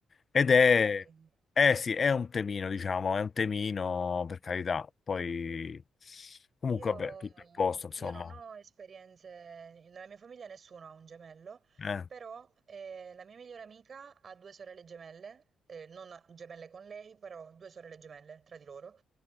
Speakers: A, on the left; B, on the right.
A: Ed è,
B: Immagino.
A: eh sì, è un temino, diciamo, è un temino, per carità. Poi, comunque,
B: Io,
A: vabbè, tutto a posto, insomma.
B: io non ho esperienze, nella mia famiglia nessuno ha un gemello,
A: Eh,
B: però eh, la mia migliore amica ha due sorelle gemelle, eh, non ha- gemelle con lei, però due sorelle gemelle tra di loro,